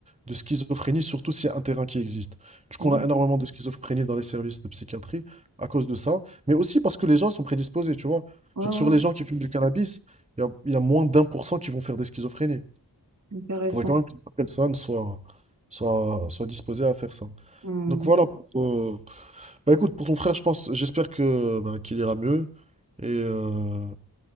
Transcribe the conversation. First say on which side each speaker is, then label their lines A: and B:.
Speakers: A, on the right (about 15°); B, on the right (about 45°).
A: de schizophrénie, surtout s'il y a un terrain qui existe. Du coup,
B: Ouais.
A: on a énormément de schizophrénie dans les services de psychiatrie à cause de ça, mais aussi parce que les gens sont prédisposés, tu vois.
B: Ouais,
A: Genre,
B: ouais.
A: sur les gens qui fument du cannabis, il y a, il y a moins d'un pour cent qui vont faire des schizophrénies. Il
B: Intéressant.
A: faudrait quand même que les personnes soient, soient, soient disposées à faire ça.
B: Hmm.
A: Donc voilà. pour- euh, bah écoute, pour ton frère, je pense, j'espère que bah, qu'il ira mieux. Et, euh,